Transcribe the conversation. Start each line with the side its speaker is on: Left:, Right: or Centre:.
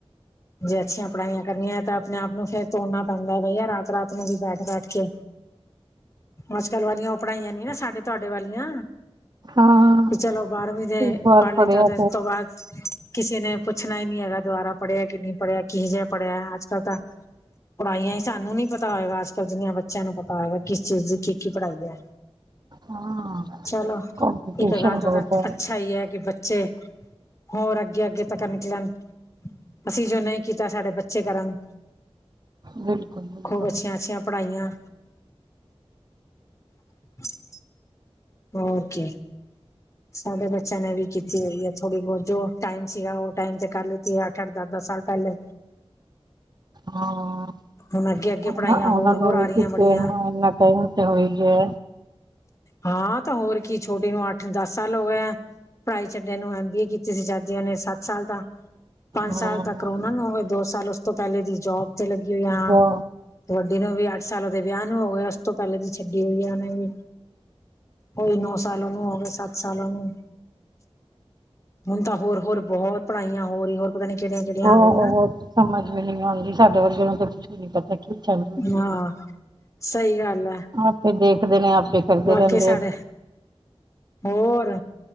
Left: ਜੇ ਅੱਛੀਆਂ ਪੜ੍ਹਾਈਆਂ ਕਰਨੀਆਂ ਤਾਂ ਆਪਣੇ ਆਪ ਨੂੰ ਫੇਰ ਤੋੜਨਾ ਪੈਂਦਾ ਬਈ ਰਾਤ-ਰਾਤ ਨੂੰ ਵੀ ਬੈਠ-ਬੈਠ ਕੇ। ਅੱਜ ਕੱਲ ਵਾਲੀਆਂ ਉਹ ਪੜ੍ਹਾਈਆਂ ਨੀ ਨਾ ਸਾਡੇ ਤੁਹਾਡੇ ਵਾਲੀਆਂ।
Right: ਹਾਂ
Left: ਵੀ ਚਲੋ ਬਾਰਵੀਂ ਤੇ
Right: ਇਸ ਵਾਰ
Left: ਪੜ੍ਹ ਲੀ
Right: ਪੜ੍ਹਿਆ
Left: ਤੇ ਇਸ ਤੋਂ ਬਾਅਦ ਕਿਸੇ ਨੇ ਪੁੱਛਣਾ ਹੀ ਨੀ ਹੈਗਾ ਦੁਬਾਰਾ ਪੜ੍ਹਿਆ ਕਿ ਨਹੀਂ ਪੜ੍ਹਿਆ ਕਿਹੋ ਜਾ ਪੜ੍ਹਿਆ ਅੱਜ ਕੱਲ ਤਾਂ ਪੜ੍ਹਾਈਆਂ ਸਾਨੂੰ ਨੀ ਪਤਾ ਹੋਏਗਾ ਅੱਜ ਕੱਲ ਜਿੰਨੀਆਂ ਬੱਚਿਆਂ ਨੂੰ ਪਤਾ ਹੋਏਗਾ ਕਿਸ ਚੀਜ਼ ਦੀ ਕੀ ਕੀ ਪੜ੍ਹਾਈ ਐ।
Right: ਹਾਂ
Left: ਚਲੋ
Right: ਕੰਪੀਟੀਸ਼ਨ
Left: ਇੱਕ ਗੱਲ
Right: ਬਹੁਤ
Left: ਤਾਂ ਅੱਛਾ ਹੀ ਹੈ ਕਿ ਬੱਚੇ ਹੋਰ, ਅੱਗੇ ਅੱਗੇ ਤੱਕ ਨਿਕਲਣ ਅਸੀਂ ਜੋ ਨਹੀਂ ਕੀਤਾ ਸਾਡੇ ਬੱਚੇ ਕਰਨ।
Right: ਬਿਲਕੁਲ ਬਿਲਕੁਲ
Left: ਖੂਬ ਅੱਛੀਆਂ ਅੱਛੀਆਂ ਪੜ੍ਹਾਈਆਂ। <inaudible> ਓਕੇ, ਸਾਡੇ ਬੱਚਿਆਂ ਨੇ ਵੀ ਕੀਤੀ ਹੈਗੀ ਐ ਥੋੜੀ ਬਹੁਤ ਜੋ ਟਾਈਮ ਸੀਗਾ ਉਹ ਟਾਈਮ ਤੇ ਕਰ ਲੀਤੀ ਆ। ਅੱਠ ਅੱਠ ਦਸ ਦਸ ਸਾਲ ਪਹਿਲੇ
Right: ਹਾਂ
Left: ਹੁਣ ਅੱਗੇ ਅੱਗੇ
Right: ਉਹ
Left: ਪੜ੍ਹਾਈਆਂ
Right: ਉਹਨਾਂ
Left: ਹੋਰ
Right: ਨੂੰ
Left: ਹੋਰ ਆ
Right: ਵੀ
Left: ਰਹੀਆਂ
Right: ਕਿਤੇ
Left: ਬੜੀਆਂ।
Right: ਹਾਂ ਇੰਨਾ ਟਾਈਮ ਤੇ ਹੋਏਗੀ ਓ।
Left: ਹਾਂ, ਤਾਂ ਹੋਰ ਕੀ ਛੋਟੀ ਨੂੰ ਅੱਠ ਦਸ ਸਾਲ ਹੋ ਗਏ। ਪੜ੍ਹਾਈ ਛੱਡੇ ਨੂੰ ਐਮ ਬੀ ਏ ਕੀਤੀ ਸੀ ਜਦ ਉਹਨੇ ਸੱਤ ਸਾਲ ਤਾਂ ਪੰਜ
Right: ਹਾਂ
Left: ਸਾਲ ਤੱਕ ਕਰੌਨਾ ਨੂੰ ਹੋਗੇ ਦੋ ਸਾਲ ਉਸ ਤੋਂ ਪਹਿਲੇ ਦੀ ਜੋਬ ਚ ਲੱਗੀ ਹੋਈ ਆ
Right: ਜੋ
Left: ਤੇ ਵੱਡੀ ਨੂੰ ਵੀ ਅੱਠ ਸਾਲ ਉਹਦੇ ਵਿਆਹ ਨੂੰ ਹੋ ਗਏ ਉਸ ਤੋਂ ਪਹਿਲੇ ਦੀ ਛੱਡੀ ਹੋਈ ਐ ਉਹਨਾਂ ਵੀ। ਕੋਈ ਨੌ ਸਾਲੋ ਉਹਨੂੰ ਹੋ ਗਏ ਸੱਤ ਸਾਲ ਉਹਨੂੰ। ਹੁਣ ਤਾਂ ਹੋਰ ਹੋਰ ਬਹੁਤ ਪੜ੍ਹਾਈਆਂ ਹੋ ਰਹੀ ਹੋਰ ਪਤਾ ਨੀ ਕਿਹੜੀਆਂ ਕਿਹੜੀਆਂ
Right: ਹੋਰ
Left: ਆ ਗਈਆਂ
Right: ਸਮਝ ਵੀ ਨੀ ਆਂਦੀ ਸਾਡੇ ਵਰਗੇ ਤਾਂ ਕੁੱਛ ਵੀ ਨੀ ਪਤਾ ਕੀ ਚੱਲ ਰਿਹਾ ਕੀ
Left: ਹਾਂ।
Right: ਨਹੀਂ।
Left: ਸਹੀ ਗੱਲ ਹੈ
Right: ਆਪੇ ਦੇਖਦੇ ਨੇ ਆਪੇ ਕਰਦੇ
Left: ਵਾਕਈ
Right: ਰਹਿੰਦੇ
Left: ਸਾਡੇ ਹੋਰ,